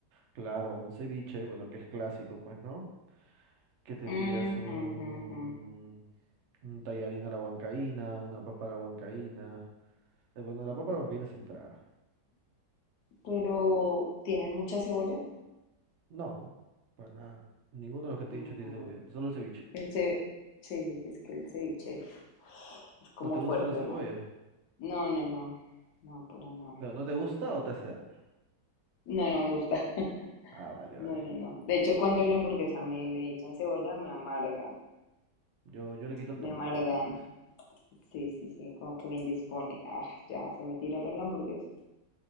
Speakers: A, on the right (about 80°); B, on the left (about 70°).
A: claro, un ceviche, bueno, que es clásico, pues, ¿no? Que te
B: Ujú,
A: pidas un,
B: ujú, ujú.
A: un tallarín a la huancaína, una papa a la huancaína. Eh, bueno, la papa a la huancaína es entrada.
B: Pero, ¿tienen mucha cebolla?
A: No, para nada. Ninguno de los que te
B: Mm,
A: he dicho tiene cebolla, solo el ceviche.
B: El ce- Sí, sí, sí, es que el ceviche es como
A: ¿No te gusta
B: fuerte,
A: la cebolla?
B: ¿no? No, no, no, no, pero no,
A: ¿Pero no te gusta o te hace daño?
B: No, no me gusta. <laughs>
A: Ah, vale, vale.
B: No, no, no. De hecho, cuando la hamburguesa me le echan cebolla, me amarga,
A: Yo, yo le quito el
B: me
A: tomate.
B: amargan.
A: a la hamburguesa.
B: Sí, sí, sí, como que me indispone. Ah, ya, se me tiraron la hamburguesa.